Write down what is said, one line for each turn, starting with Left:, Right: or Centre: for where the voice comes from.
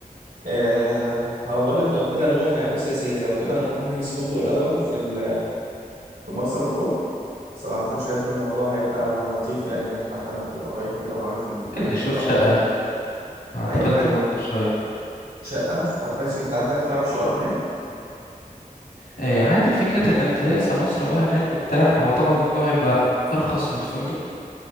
Right: آه هقول لك لو كده نروح هناك بص يا سيدي لو كده هنروح نحجز فندق الاول في ال... في مرسى مطروح صراحه شايف الموضوع هيبقى لطيف يعني هناك حتى ما تبقى رايح كده وعارف ان انت المكان
Left: ممكن نشوف
Right: رايح
Left: شقة
Right: فين
Left: أعتقد
Right: اي حاجه
Left: تبقى ألطف شوية
Right: شقه طب ماشي انت عندك تعرف شقق هناك
Left: آه عادي فكرة إنك تلاقي سمسرة بقى هناك وبتاع هو طبعا الموضوع هيبقى أرخص من الفندق